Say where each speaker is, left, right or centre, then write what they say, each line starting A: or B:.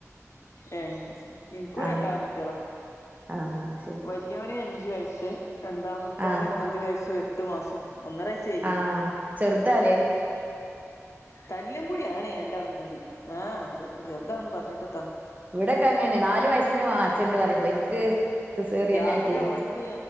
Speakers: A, on the left; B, on the right.
A: ഏഹ് അശെ ഇനിക്കും
B: ആഹ്
A: രണ്ടാങ്കുട്ട്യളാ
B: ആഹ് ശരി
A: വല് ല്യോന് അഞ്ചു വയസ്സ് രണ്ടാമത്തോന്
B: ആഹ്
A: ഒതു വയസ്സും എട്ട് മാസൊ ഒന്നരയസ് ത്ത് യിഞ്
B: ആഹ് ചെറുതാലേ
A: തല്ലും പുടി ആണെ ണ്ടാളും കൂടി ആഹ് അഅ്പ ചെർതാന്ന് പർഞ്ഞിട്ടെത്താ
B: വിടൊക്കങ്ങനെ നാല് വയസ്സിന് മാറ്റണ്ട് പറീമ്പെനിക്ക്
A: ഉം
B: സ് സ്സേറിയാനായ്റ്റേ
A: രാവിലെ ഓൻക്ക്